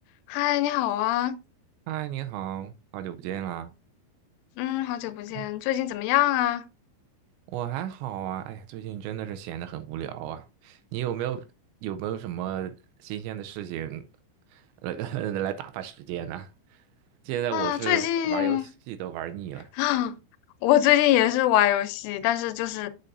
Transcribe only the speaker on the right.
嗨，你好，好久不见啦！
哎，
我还好啊，哎，最近真的是闲得很无聊啊。你有没有有没有什么新鲜的事情来 <laughs> 来打发时间呢？现在我是玩游戏都玩腻了，